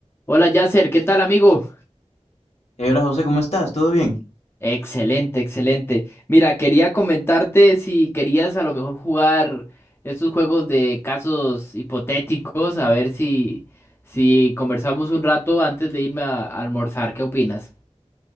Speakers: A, on the left; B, on the left.
A: Hola Yasser, ¿qué tal amigo?
B: Eh, Hola José, ¿cómo estás? ¿Todo bien?
A: Excelente, excelente. Mira, quería comentarte si querías a lo mejor jugar estos juegos de casos hipotéticos, a ver si, si conversamos un rato antes de irme a, a almorzar, ¿qué opinas?